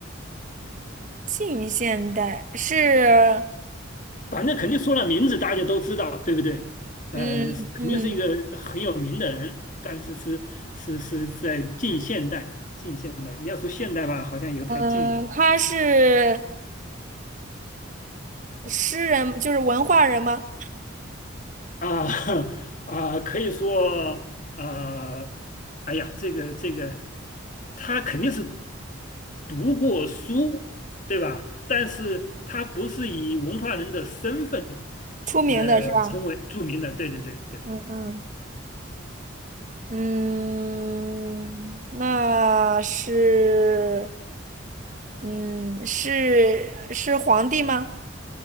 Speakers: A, on the right (about 40°); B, on the left (about 40°).
A: 近现代是，
B: 反正肯定说了名字，大家都知道，对不对？呃，
A: 嗯嗯。
B: 是肯定是一个很有名的人，但是是是是在近现代，近现代，你要说现代吧，好像又太近了，
A: 嗯，他是诗人，就是文化人吗？
B: 啊 <laughs> 啊，可以说啊，哎呀，这个这个，他肯定是读过书，对吧？但是他不是以文化人的身份
A: 出名的是吧？
B: 呃成为著名的，对对对对。
A: 嗯嗯嗯，那是，嗯，是是皇帝吗？